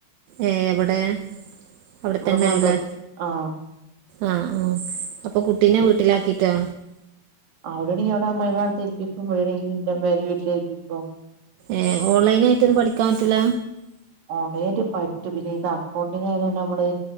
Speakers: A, on the right (about 75°); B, on the right (about 55°).
A: ഏഹ് എവിടെ അവിടെത്തന്നെ
B: ഇവിടെ കൊണ്ടോ
A: ആവുലേ
B: ആഹ്
A: ആഹ് ആഹ് അപ്പൊ കുട്ടീനെ വീട്ടിലാക്കിട്ടോ
B: അവിടെ ആണെങ്കി അവിടെ അമ്മയ്മ അടുത്ത് ഏല്പിക്കും ഇവിടെ ആണെങ്കി എന്റെമ്മ വീട്ടിൽ ഏല്പിക്കും
A: ഏഹ് ഓൺലൈൻ ആയിട്ടൊന്നും പഠിക്കാൻ പറ്റൂല്ല
B: ഓൺലൈനായിട്ട് പറ്റും പിന്നെ ഇത് അക്കൗണ്ടിങ് ആയത് കൊണ്ട് നമ്മള്